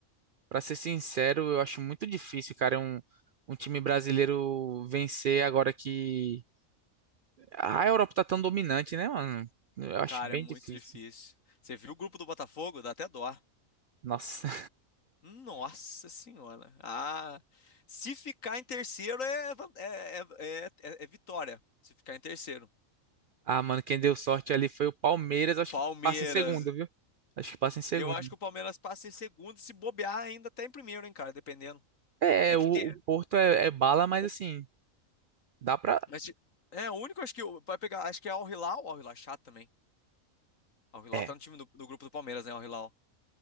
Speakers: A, on the right (about 75°); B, on the left (about 70°).
A: pra ser sincero, eu acho muito difícil, cara, um, um time brasileiro vencer agora que ah, a Europa tá tão dominante, né, mano? Eu acho
B: Cara,
A: bem
B: é muito
A: difícil.
B: difícil. Você viu o grupo do Botafogo? Dá até dó.
A: Nossa.
B: Nossa senhora. Ah, se ficar em terceiro é, van- é, é, é- é é vitória. Se ficar em terceiro.
A: Ah, mano, quem deu sorte ali foi o Palmeiras. Acho
B: Palmeiras.
A: que passa em segundo, viu? Acho que passa em segundo.
B: Eu acho que o Palmeiras passa em segundo, e se bobear ainda até em primeiro, hein, cara, dependendo.
A: É,
B: É
A: é,
B: que
A: o,
B: tem.
A: o Porto é, é bala, mas
B: o-
A: assim, dá pra.
B: Mas, ti- é, o único acho que o- vai pegar, acho que é Al Hilal, Al Hilal é chato também. Al Hilal
A: É,
B: tá no time do, do grupo do Palmeiras, né, Al Hilal,